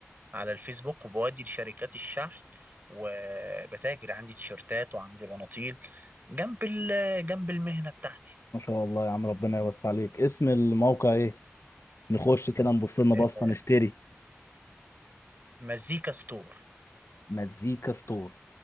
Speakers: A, on the right; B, on the left.
A: على الفيسبوك وبودي لشركات الشحن وبتاجر عندي تيشيرتات وعندي بناطيل جنب ال- جنب المهنة بتاعتي
B: ما شاء الله يا عم ربنا يوسع عليك اسم الموقع ايه نخش كده نبص لنا بصه
A: آه،
B: نشتري
A: مزيكا ستور
B: مزيكا ستور